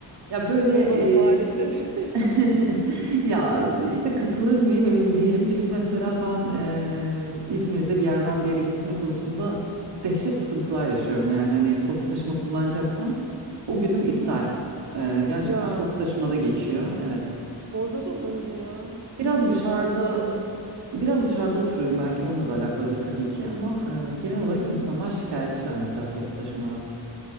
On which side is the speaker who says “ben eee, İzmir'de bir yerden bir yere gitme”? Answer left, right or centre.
Right